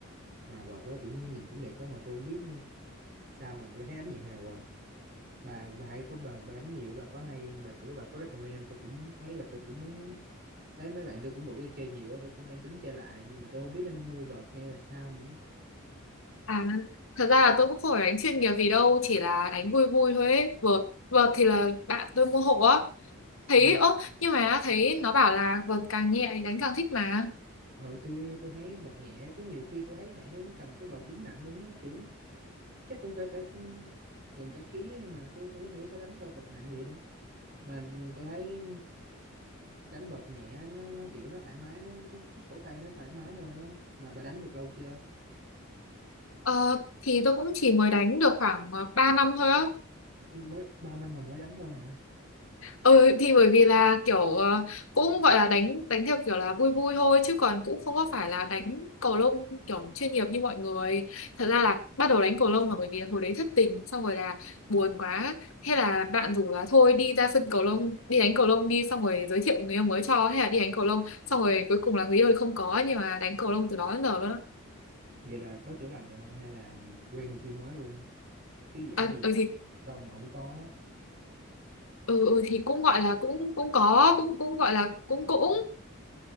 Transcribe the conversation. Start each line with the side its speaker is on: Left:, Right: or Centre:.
Right: mà vợt đó cũng nhìn cũng đẹp đó mà tôi không biết sao mà tôi thấy đánh nhẹ hều rồi. Bà bà hay có bà, bà đánh nhiều bà có hay bà kiểu bà có recommend không? Tôi cũng thấy là tôi cũng muốn Mấy mấy bạn tôi cũng rủ tôi chơi nhiều á, tôi cũng đang tính chơi lại nhưng mà tôi không biết nên mua vợt hay là sao nữa.
Left: À, thật ra là tôi cũng không phải đánh chuyên nghiệp gì đâu, chỉ là đánh vui vui thôi ấy. Vợt, vợt thì là bạn tôi mua hộ á. Thấy,
Right: Ừ.
Left: ơ, nhưng mà thấy nó bảo là vợt càng nhẹ thì đánh càng thích mà.
Right: Ờ tôi tôi thấy vợt nhẹ có nhiều khi tôi thấy bạn tôi nó cầm cái vợt đứng nặng luôn á, kiểu chắc cũng phải cả ừ, gần cả ký ấy mà tôi cũng không hiểu sao đánh cơ vợt nặng vậy nữa. Mà tôi thấy đánh vợt nhẹ nó nó kiểu nó thoải mái nó cái, cái cổ tay nó thoải mái hơn á. Mà bà đánh được lâu chưa?
Left: Ờ, thì tôi cũng chỉ mới đánh được khoảng ờ, 3 năm thôi á.
Right: Mới bao năm mà mới đánh thôi hả?
Left: Ừ thì bởi vì là kiểu ờ, cũng gọi là đánh đánh theo kiểu là vui vui thôi chứ còn cũng không có phải là đánh cầu lông kiểu chuyên nghiệp như mọi người. Thật ra là bắt đầu đánh cầu lông là bởi vì hồi đấy thất tình xong rồi là buồn quá. Thế là bạn rủ là thôi đi ra sân cầu lông, đi đánh cầu lông đi xong rồi giới thiệu người yêu mới cho hay là đi đánh cầu lông. Xong rồi cuối cùng là người yêu thì không có nhưng mà đánh cầu lông từ đó đến giờ luôn á.
Right: Vậy là có chữa lành được không hay là quen người kia mới luôn? Chứ dễ
Left: À,
Right: gì
Left: ừ thì
Right: đâu mà không có
Left: ừ, ừ thì cũng gọi là cũng cũng có cũng cũng gọi là cũng cũng